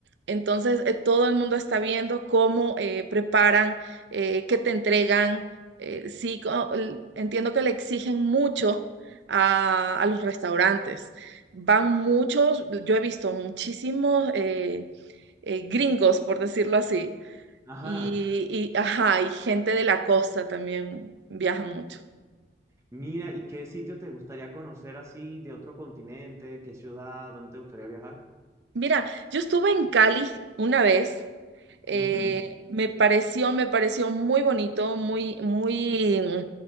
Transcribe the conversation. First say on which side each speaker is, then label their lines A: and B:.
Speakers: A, on the right; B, on the right.
A: entonces eh, todo el mundo está viendo cómo eh, preparan, eh, qué te entregan. eh, sí, co- l- entiendo que le exigen mucho a, a los restaurantes. Van muchos, yo he visto muchísimos eh, eh, gringos, por decirlo así
B: ajá.
A: y, y, ajá, y gente de la costa también viaja mucho.
B: Mira, ¿y qué sitio te gustaría conocer así de otro continente? ¿Qué ciudad? ¿Dónde te gustaría viajar?
A: Mira, yo estuve en Cali una vez. eh,
B: Ujú,
A: me pareció, me pareció muy bonito, muy, muy, mm,